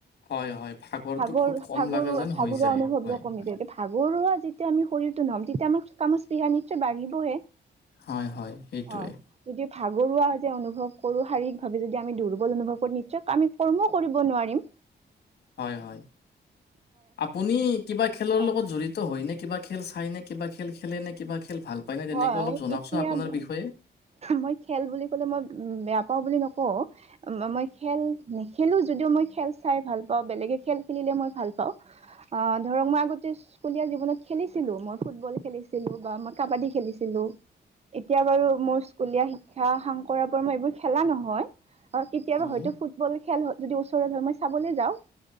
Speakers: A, on the left; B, on the right.
A: হয়, হয়। ভাগৰটো
B: ভাগৰ
A: খুব কম
B: ভাগৰুৱা
A: লগা যেন
B: ভাগৰুৱা
A: হৈ যায়
B: অনুভৱ
A: হয়
B: কমি
A: হয়
B: যায়, ভাগৰুৱা যেতিয়া আমি শৰীৰটো ন'ম তেতিয়া আমাৰ কামৰ স্পৃহা নিশ্চয় বাঢ়িবহে।
A: হয় হয় সেইটোৱে
B: হয়, যদি ভাগৰুৱা যে অনুভৱ কৰোঁ, শাৰীৰিক ভাৱে যদি আমি দুৰ্বল অনুভৱ কৰো নিশ্চয় আমি কৰ্ম কৰিব নোৱাৰিম।
A: এ হয়। আপুনি কিবা খেলৰ
B: অ
A: লগত জড়িত হয় নে? কিবা খেল চাই নে? কিবা খেল খেলে নে? কিবা খেল ভাল পায় নে তেনেকে
B: হয়,
A: অলপ জনাওকচোন
B: এতিয়া
A: আপোনাৰ
B: ম
A: বিষয়ে
B: মই খেল বুলি কলে মই বেয়া পাও বুলি নক অ, মই খেল নেখেলো যদিও মই খেল চাই ভাল পাও বেলেগে খেল খেলিলে মই ভাল অ - অ, ধৰক মই আগতে স্কুলীয়া জীৱনত খেলিছিলো। মই ফুটবল খেলিছিলো বা মই কাবাডী খেলিছিলো। এতিয়া বাৰু মোৰ স্কুলীয়া শিক্ষা সাং কৰা পৰা মই এইবোৰ খেলা নহয়। অ, কেতিয়াবা
A: হয়
B: হয়তো ফুটবল খেল যদি ওচৰত হয় মই চাবলৈ যাও।